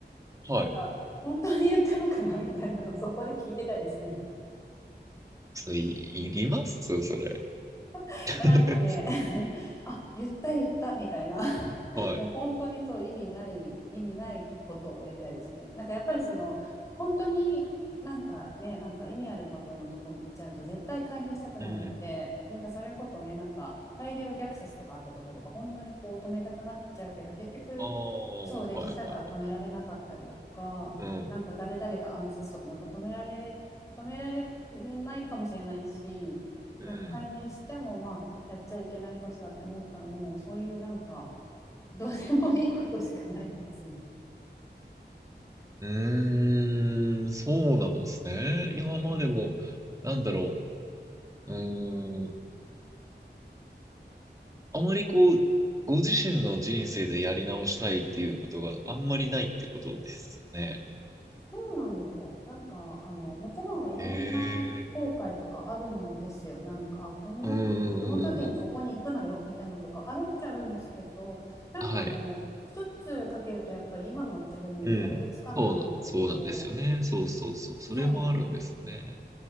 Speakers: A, on the right (about 20°); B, on the left (about 15°).
A: はい。
B: なんか本当に言ったのかなみたいなのをそこで聞いてたいですね。
A: それ、い、いりますそれ。
B: <laughs>
A: <laughs>
B: なんかね <laughs> あ言った言ったみたいな <laughs>
A: はい。
B: もう本当にそう意味ない意味ないことをやりたいですねなんかやっぱりその本当になんかねなんか意味あることのとこに行っちゃうと絶対介入したくなるのでなんかそれこそねなんか大量虐殺とかあったところとか本当にこう止めたくなっちゃうけど結局
A: うん。ああ、
B: そう歴史だから止められなかったりとかなんか誰々が暗殺とかもやっぱ止められ止められないかもしれないしなんか介入してもまあやっちゃいけないことだって思ったらもうそういうなんか
A: はいはいはい。うん。うん。
B: どうでもいいことしかないんですよね。
A: うーん、そうなんですね。いや、まあでも、
B: うん
A: なんだろう。うーん。あまりこう、ご自身の人生でやり直したいっていうことがあんまりないってことですかね。
B: そうなんですよ。なんか、あの、もちろんいろんな後悔とかあるんですよ。
A: へえ。
B: なんか、この、
A: うんうんうんうんうん。
B: あこの時にここに行くなよみたいなのとかあるっちゃあるんですけど、なんかあの、
A: はい。
B: 一つかけるとやっぱり今の自分にたどり着かないと思うと、
A: うん。そうなん、そうなんですよね。そうそうそう。それもあるんですよね。
B: そうなんですよ。